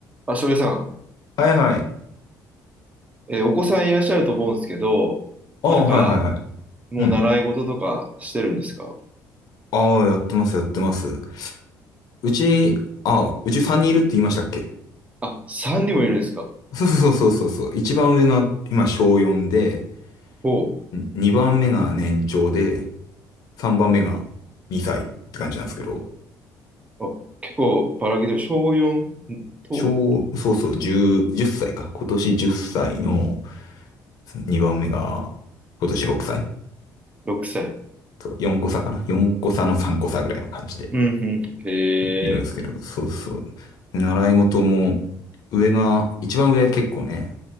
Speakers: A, on the right; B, on the left.
A: あ、翔平さん、
B: はいはい。
A: えーお子さんいらっしゃると思うんですけど、
B: ああ、
A: なんか、
B: はいはいはい。
A: もう習い事とかしてるんですか
B: うん。ああ、やってます、やってます。うち、ああ、うち3人いるって言いましたっけ
A: あ、3人もいるんですか
B: そうそうそうそうそう。一番上が今小4で、
A: おう。
B: に2番目が年長で、3番目が2歳って感じなんですけど、
A: あ、結構ばらけてる。小4と
B: 小、そうそう、10、歳か。今年10歳の2番目が今年6歳。
A: 6歳。
B: そう、4個差かな ?4 個差の3個差ぐらいの感じで
A: うん、うん。へえ。
B: いるんですけど、そうそう。習い事も、上が、一番上結構ね、